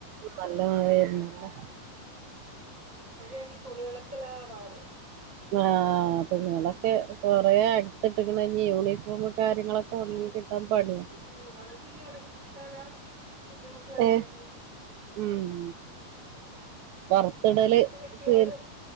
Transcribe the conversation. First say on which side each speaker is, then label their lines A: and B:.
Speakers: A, on the right; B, on the right.
A: നല്ല മഴയാര്ന്നുല്ലേ
B: മഴ എനിക്ക് തുണി ഒണക്കെലാ പാട്
A: ആഹ് തുണിയൊളൊക്കെ കൊറെ അടുത്ത് ഇട്ട്ക്കണ് ഇന്നി യൂണിഫോമു കാര്യങ്ങളൊക്കെ ഒണങ്ങി കിട്ട് ട്ടാൻ പണിയാ
B: ഉം അതൊക്കെ ഇനി ഒണങ്ങി കിട്ടാനാ ബുദ്ധിമുട്ട് വരുന്നത്
A: ഏഹ് ഉം ഉം പൊർത്തിടല്
B: അകത്ത് കെട്ടിയാലും
A: ചെ